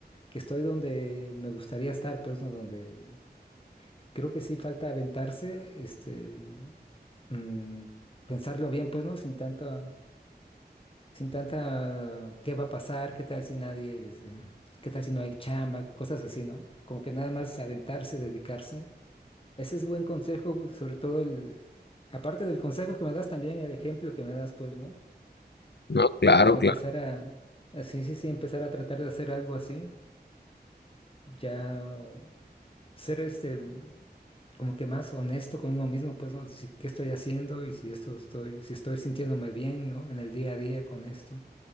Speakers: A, on the left; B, on the left.
A: que estoy donde me gustaría estar, pues, ¿no? Donde creo que sí falta aventarse, este, mm, pensarlo bien, pues, ¿no? Sin tanta, sin tanta, ¿qué va a pasar? ¿Qué tal si nadie, es, eh, qué tal si no hay chamba? Cosas así, ¿no? Como que nada más aventarse, dedicarse ese es buen consejo, sobre todo el, aparte del consejo que me das, también el ejemplo que me das, pues, ¿no?
B: No, claro,
A: Empezar
B: claro.
A: a, a- sí, sí, sí, empezar a tratar de hacer algo así, ya ser este, mm, como que más honesto con uno mismo, pues, ¿no? Si, qué estoy haciendo y si esto estoy, si estoy sintiéndome bien, ¿no? En el día a día con esto.